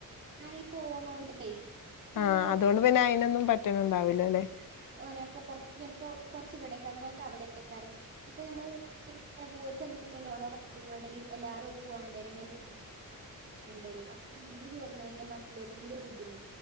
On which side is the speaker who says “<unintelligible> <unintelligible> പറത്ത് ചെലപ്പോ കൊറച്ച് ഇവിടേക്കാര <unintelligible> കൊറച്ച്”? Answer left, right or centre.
Right